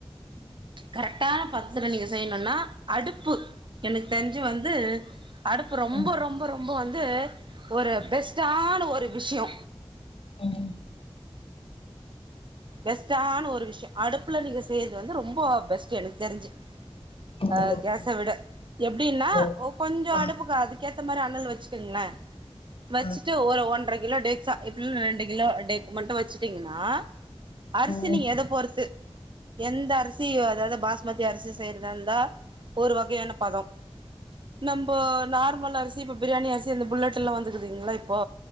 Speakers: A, on the right (about 50°); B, on the left (about 60°).
A: கரெக்டான பதத்துல நீங்க செய்ணுன்னா அடுப்பு எனக்கு தெரிஞ்சு வந்து அடுப்பு ரொம்ப
B: ம்
A: ரொம்ப ரொம்ப வந்து ஒரு பெஸ்ட்டான ஒரு விஷ்யோ
B: ம்
A: பெஸ்டானா ஒரு விஷ்யோ அடுப்புல நீங்க செய்றது வந்து ரொம்போ பெஸ்ட்டு எனக்கு தெரிஞ்சு
B: ம்
A: அ
B: ஓகே ஓகே
A: கேஸ விட எப்டின்னா
B: ஓ
A: ஒ கொஞ்சோ
B: ஆ
A: அடுப்புக்கு அதுக்கேத்த மாரி அனல் வச்சுக்கோங்ள வச்சுட்டு
B: ஆ
A: ஒரு ஒன்ற கிலோ டேக் சா இப்ப ரெண்டு கிலோ டேக் மட்டு வச்சுட்டீங்கன்னா அரிசி
B: ம் ம் ம்
A: நீங்க எத பொருத்து எந்த அரிசியோ அதாவது பாஸ்மதி அரிசி செய்யுறதா இருந்தா ஒரு வகையான பதோ நம்போ நார்மல் அரிசி இப்ப பிரியாணி அரிசி அந்த புல்லட்டுல்லா வந்துக்குதுங்ள இப்போ